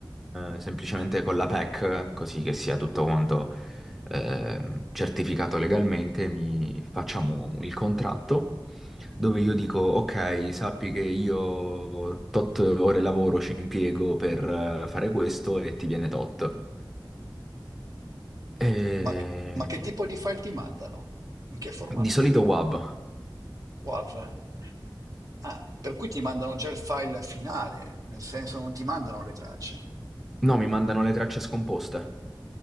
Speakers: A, in the centre; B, on the right.
A: eh, semplicemente con la PEC, così che sia tutto quanto eh, certificato legalmente, mi facciamo il contratto dove io dico, ok, sappi che io tot ore lavoro ci impiego per eh, fare questo e ti viene tot. E...
B: Ma, che- ma che tipo di file ti mandano? In che formato?
A: Di solito WAV,
B: WAV? Ah, per cui ti mandano già il file finale, nel senso non ti mandano le tracce.
A: no, mi mandano le tracce scomposte.